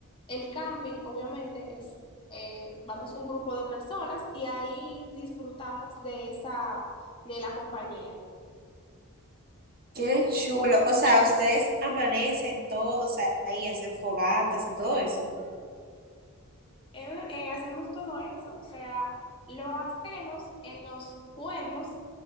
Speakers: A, on the left; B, on the right.
A: el camping, obviamente, es, eh, vamos un grupo de personas y ahí disfrutamos de esa, de la compañía.
B: Qué chulo. O sea, ustedes amanecen todos ahí, hacen fogatas y todo eso.
A: eh, eh, hacemos todo eso, o sea, lo hacemos en los pueblos,